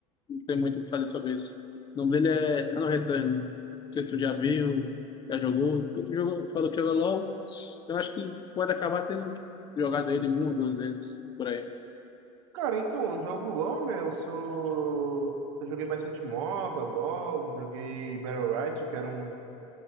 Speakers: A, on the left; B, on the right.
A: Não tem muito o que fazer sobre isso. O nome dele é Ano Return. Não sei se tu já viu, já jogou. Porque tu jogou, falou que jogou LOL. Eu acho que pode acabar tendo jogado ele uma ou duas vezes por aí.
B: Cara, então, eu jogo LoL, né? Eu sou. Eu joguei bastante MOBA, LoL, eu joguei Battle Royale, que era um,